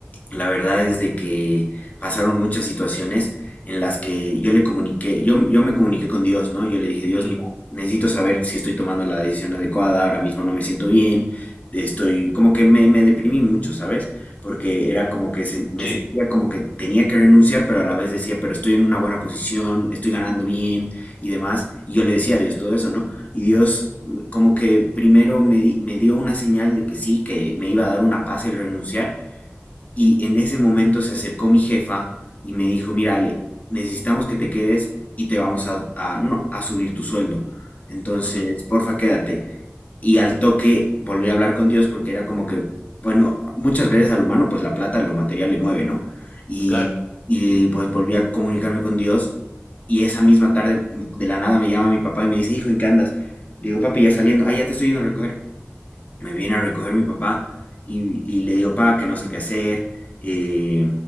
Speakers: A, on the left; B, on the left.
A: la verdad es de que pasaron muchas situaciones en las que yo le comuniqué, yo, yo me comuniqué con Dios, ¿no? Yo le dije, Dios,
B: Ujú,
A: mira, necesito saber si estoy tomando la decisión adecuada, ahora mismo no me siento bien, estoy, como que me, me deprimí mucho, ¿sabes? Porque era como que se- me
B: Sí,
A: sentía como que tenía que renunciar, pero a la vez decía, pero estoy en una buena posición, estoy ganando bien y demás. Y yo le decía a Dios todo eso, ¿no? Y Dios como que primero me, di- me dio una señal de que sí, que me iba a dar una paz el renunciar, y en ese momento se acercó mi jefa y me dijo, mira, Ale, necesitamos que te quedes y te vamos a, a- no, a subir tu sueldo. Entonces,
B: ujú,
A: porfa, quédate y al toque volví a hablar con Dios porque era como que, bueno, muchas veces al humano pues la plata, lo material le mueve, ¿no? Y,
B: Claro,
A: y pues volví a comunicarme con Dios y esa misma tarde de la nada me llama mi papá y me dice, hijo, ¿en qué andas? Le digo, papi, ya saliendo, ah, ya te estoy yendo a recoger me viene a recoger mi papá y, y le digo, pa, que no sé qué hacer, eh,